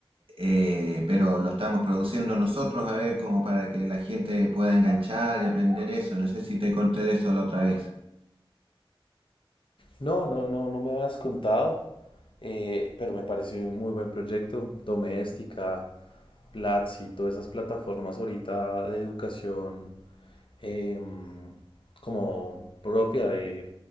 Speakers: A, on the right; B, on the left.
A: eh, pero lo estamos produciendo nosotros, a ver, como para que la gente pueda enganchar y aprender eso. No sé si te conté de eso la otra vez.
B: No, no, no, no me habías contado, eh, pero me pareció un muy buen proyecto. Doméstica, Platzi, todas esas plataformas ahorita de educación eh, como propia de,